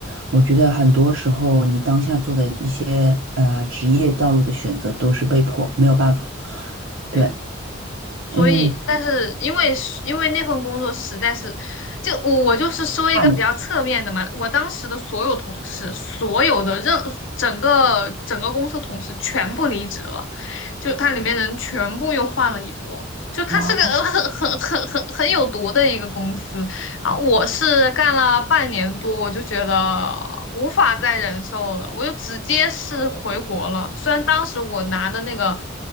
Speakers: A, on the right; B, on the left.
A: 我觉得很多时候你当下做的一些呃职业道路的选择都是被迫，没有办法。
B: 对，
A: 对，
B: 所以，
A: 嗯，
B: 但是因为是因为那份工作实在是，就我我就是说一个比较侧面的嘛，
A: 看了
B: 我当时的所有同事，所有的任整个整个公司同事全部离职了，就它里面人全部又换了一波，就它是个呃很很很很很有毒的一个公司。
A: 哦，
B: 啊，我是干了半年多，我就觉得无法再忍受了，我就直接是回国了。虽然当时我拿的那个